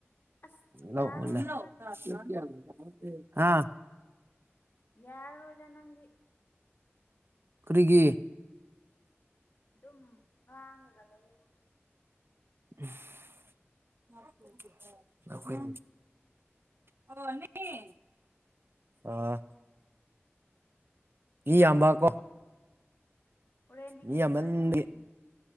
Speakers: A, on the left (about 55°); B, on the right (about 55°).
A: ꯑꯁ
B: ꯂꯧ
A: ꯌꯥꯔꯔꯣꯏꯗ
B: <unintelligible>
A: ꯅꯪꯗꯤ
B: ꯍꯥ
A: ꯌꯥꯔꯔꯣꯏꯗ ꯅꯪꯗꯤ
B: ꯀꯔꯤꯒꯤ
A: ꯑꯗꯨꯝ ꯉꯥꯡꯉꯒ ꯂꯩꯌꯦ
B: <unintelligible> ꯅꯈꯣꯏ <unintelligible> <unintelligible> ꯑꯥ ꯃꯤ ꯌꯥꯝꯕ ꯀꯣ
A: ꯍꯣꯔꯦꯟꯗꯤ
B: ꯃꯤ
A: ꯀꯩ
B: ꯌꯥꯝꯃꯟꯕꯒꯤ
A: ꯏꯟꯁꯥꯡ ꯆꯥꯔꯅꯤ